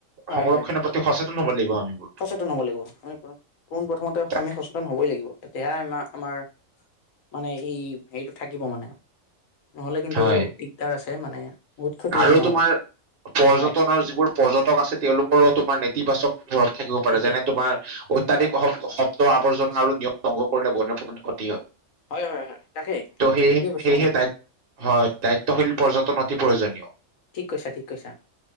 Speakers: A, on the left (about 80°); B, on the right (about 45°).
A: হয়
B: সংৰক্ষণৰ
A: হয় হয়
B: প্ৰতি সচেতন ন হব লাগিব আমিবোৰ
A: সচেতন হব লাগিব। আমি পোন প্ৰথমতে
B: তাক
A: আমি সচেতন হৈ বৈ লাগিব তেতিয়াহে আম আমাৰ মানে ই হেৰিটো থাকিব মানে নহ'লে কিন্তু
B: হয়
A: দিগদাৰ আছে মানে বহুত ক্ষতিপূৰ্ণ
B: আৰু তোমাৰ
A: হয়
B: পৰ্যটনৰ
A: হয়
B: যিবোৰ পৰ্যটক আছে তেওঁলোকৰো তোমাৰ নেত ইতিবাচক থাকিব
A: ঠিকেই
B: পাৰে যেনে তোমাৰ অত্যাধিক
A: হয় হয়
B: শব্দ আৱৰ্জনা আৰু নিয় <unintelligible>
A: হয় হয় হয় তাকেই
B: সেই
A: ঠিকে কৈছো
B: সেয়েহে
A: মই
B: দায়িত্ব হয় দায়িত্বশীল পৰ্যটন অতি প্ৰয়োজনীয়
A: ঠিক কৈছা ঠিক কৈছা